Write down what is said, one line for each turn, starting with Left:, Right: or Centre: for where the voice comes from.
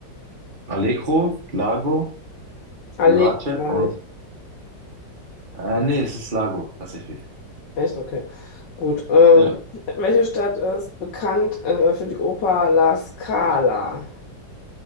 Right: Allegro, Largo,
Left: Allee,
Right: Vivace
Left: meine
Right: und
Left: ich.
Right: äh, nee, es ist Largo tatsächlich.
Left: Echt? Okay. Gut. Äh,
Right: Ja.
Left: welche Stadt ist bekannt, äh, für die Oper La Scala?